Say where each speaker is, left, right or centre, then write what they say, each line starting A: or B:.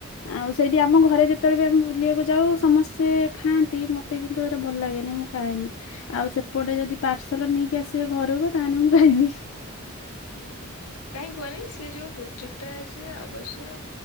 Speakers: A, on the left; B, on the left.
A: ଆଉ ସେଇଠି ଆମ ଘରେ ଯେତେବେଳେ ବି ଆମେ ବୁଲିବାକୁ ଯାଉ ସମସ୍ତେ ଖାଆନ୍ତି ମୋତେ କିନ୍ତୁ ଏରା ଭଲ ଲାଗେନି ମୁଁ ଖାଏନି ଆଉ ସେପଟେ ଯଦି ପାର୍ସଲ ନେଇକି ଆସିବେ ଘରକୁ ତାହେଲେ ମୁଁ ଖାଇବି।
B: ଉଁ ହୁଁ କାହିଁ କୁହନି ସେ ଯୋଉ ଗୁପଚୁପ୍ ଟା ସେ ଅବଶ୍ୟ